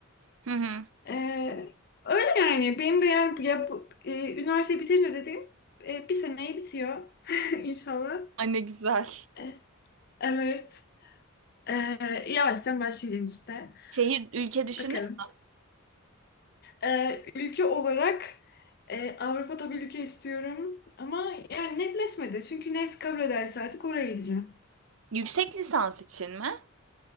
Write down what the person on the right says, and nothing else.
Hı hı.
Ay ne güzel.
Şehir, ülke düşündün
mü?
Yüksek lisans için mi?